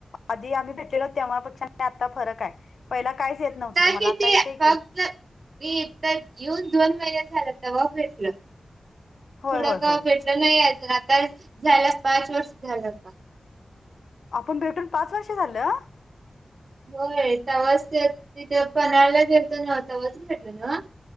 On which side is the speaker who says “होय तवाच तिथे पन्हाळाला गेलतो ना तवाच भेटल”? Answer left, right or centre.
Right